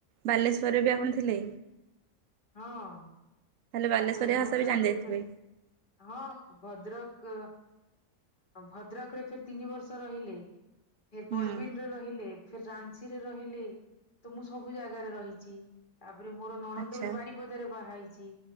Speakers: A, on the right; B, on the left.
A: ବାଲେଶ୍ୱରରେ ବି ଆପଣ ଥିଲେ?
B: ହଁ
A: ତାହେଲେ
B: ତାପରେ
A: ବାଲେଶ୍ୱରିଆ
B: ଭଦ୍ରକରେ।
A: ଭାଷା ବି ଜାଣିଯାଇଥିବେ
B: ହଁ ଭଦ୍ରକ ଭଦ୍ରକ ରେ ଫିର ତିନି ବର୍ଷ ରହିଲି। ଫିର
A: ହୁଁ
B: ବଡ଼ବିଲରେ ରହିଲି। ଫିର ରାଞ୍ଚି ରେ ରହିଲି ତ ମୁଁ ସବୁ ଜାଗାରେ ରହିଛି ତାପରେ ମୋର ନଣନ୍ଦ
A: ଆଚ୍ଛା
B: ଗୋଟେ ବାରି ପଦାରେ ବାହା ହେଇଛି